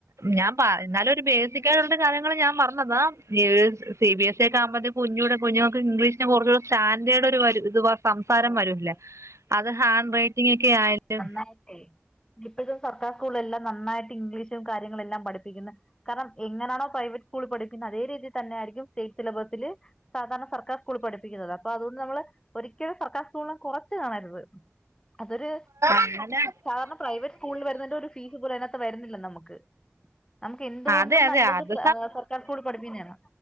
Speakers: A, on the right; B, on the left.
A: ഞാൻ പ എന്നാലും ബേസിക്കായിട്ടുള്ള കാര്യങ്ങൾ ഞാൻ പറഞ്ഞതാ. <unintelligible> സി ബി എസ് സ
B: ആ
A: ഒക്ക ആകുമ്പലും കുഞ്ഞുടെ കുഞ്ഞുങ്ങൾക്ക് ഇംഗ്ലീഷിന് കുറച്ചൂടെ സ്റ്റാൻഡേഡ് ഒരു വര് ഇത് വ സംസാരം
B: ഓക്കെ
A: വരൂല്ലെ. അത് ഹാൻഡ് റൈറ്റിംഗ് ഒക്കെ ആയാലും
B: ആയിട്ടെ ഇപ്പഴ്ത്തെ സർക്കാർ സ്കൂൾല് എല്ലാം നന്നായിട്ട് ഇംഗ്ലീഷും കാര്യങ്ങളെല്ലാം പഠിപ്പിക്ക്ന്ന്. കാരണം എങ്ങനാണോ പ്രൈവറ്റ് സ്കൂളി പഠിക്കുന്ന അതേ രീതിയിൽ തന്നെയായിരിക്കും സ്റ്റേറ്റ് സിലബസില് സാധാരണ സർക്കാർ സ്കൂൾ പഠിപ്പിക്കുന്നത്. അപ്പൊ അതുകൊണ്ട് നമ്മള് ക്ക്യലും സർക്കാർ സ്കൂളിനെ കുറച്ച് കാണരുത്. അതൊരു
A: അങ്ങനെ
B: സാധാരണ പ്രൈവറ്റ് സ്കൂളിൽ വരുന്നതിന്റെ ഒരു ഫീസ് പോലും അതിനക ത്ത് വരുന്നില്ല നമുക്ക്. നമുക്ക് എന്തുകൊണ്ടും
A: അതെ അതെ
B: നല്ലത്
A: അത്
B: സർക്കാർ സ്കൂളിൽ പഠിപ്പിക്കുന്നാണ്.